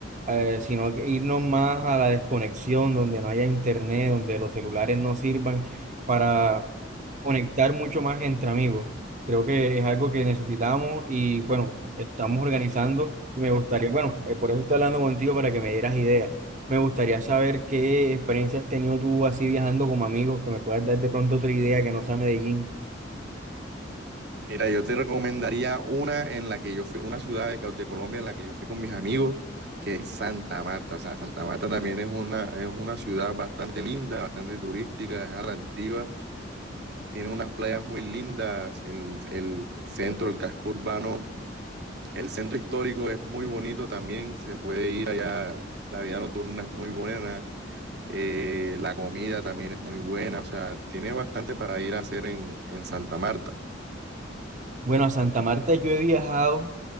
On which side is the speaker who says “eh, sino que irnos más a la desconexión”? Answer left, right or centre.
Right